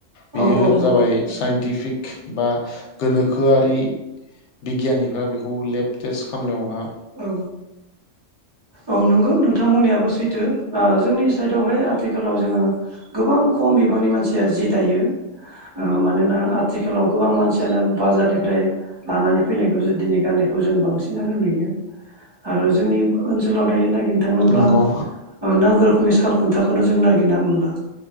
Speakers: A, on the left (about 65°); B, on the right (about 25°).
A: बेयो
B: औ औ नंगौ
A: जाबाय साइनटिफिक बा गोनोखोआरि बिगियानिफ्रा बेखौ लेब टेस्ट खामनायाव
B: औ औ नंगौ नोंथांमोननियाबो सैथो जोंनि साइदआवहाय आथिखालाव जोङो गोबां खम बिबांनि मानसि जिया जि दायो मानोना आथिखालाव गोबां मानसि यानो बाजारनिफ्राय लानानै फैनायखौसो दिनै गाननायखौ जों बांसिनानो नुयो आरो जोंनि ओनसोलाव दायो नागिरनो थाङोब्ला
A: नंगौ
B: ओ‌ नांगौ रोखोमनि फा खुन्थाखौनो जों नागिरना मोनला